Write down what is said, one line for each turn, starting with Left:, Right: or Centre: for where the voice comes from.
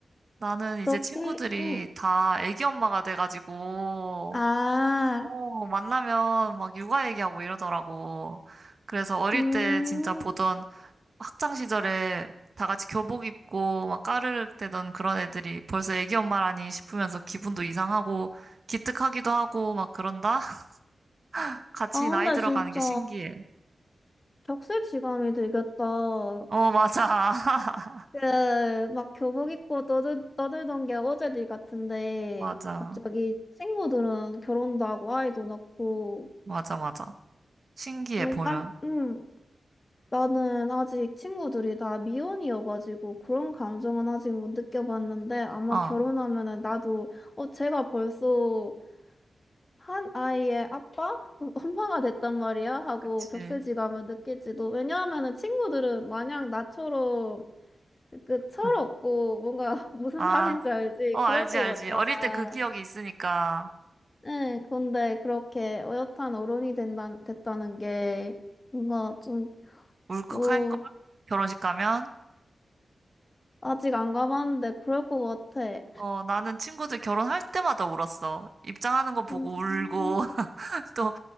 Right: 나는 이제
Left: 그렇게,
Right: 친구들이
Left: 응.
Right: 다 애기 엄마가 돼가지고,
Left: 아,
Right: 어, 만나면 막 육아 얘기하고 이러더라고. 그래서 어릴
Left: 음,
Right: 때 진짜 보던 학창 시절에 다 같이 교복 입고 막 까르륵 대던 그런 애들이 벌써 애기 엄마라니 싶으면서 기분도 이상하고 기특하기도 하고 막 그런다? <laughs> 같이
Left: 아,
Right: 나이
Left: 근데
Right: 들어가는
Left: 진짜
Right: 게 신기해.
Left: 격세지감이 들겠다.
Right: 어, 맞아. <laughs>
Left: 그, 막 교복 입고 떠들, 떠들던 게 어제들 같은데,
Right: 맞아.
Left: 갑자기 친구들은 결혼도 하고 아이도 낳고,
Right: 맞아, 맞아. 신기해,
Left: 눈
Right: 보면.
Left: 깜, 응. 나는 아직 친구들이 다 미혼이어가지고 그런 감정은 아직 못 느껴봤는데 아마
Right: 응. 어,
Left: 결혼하면은 나도 어 제가 벌써 한 아이의 아빠? <laughs> 엄마가 됐단 말이야? 하고
Right: 그치.
Left: 격세지감을 느낄지도 왜냐하면은 친구들은 마냥 나처럼 그
Right: <laughs>
Left: 철없고 뭔가 <laughs> 무슨
Right: 아.
Left: 말인지 알지?
Right: 어, 알지,
Left: 그럴 것
Right: 알지.
Left: 같잖아.
Right: 어릴 때 그 기억이 있으니까
Left: 응, 근데 그렇게 어엿한 어른이 된다, 됐다는 게 뭔가 좀
Right: 울컥할걸?
Left: 뭐.
Right: 결혼식 가면?
Left: 아직 안 가봤는데 그럴 것 같아.
Right: 어, 나는 친구들 결혼할 때마다 울었어. 입장하는 거 보고
Left: 음,
Right: 울고, <laughs> 또,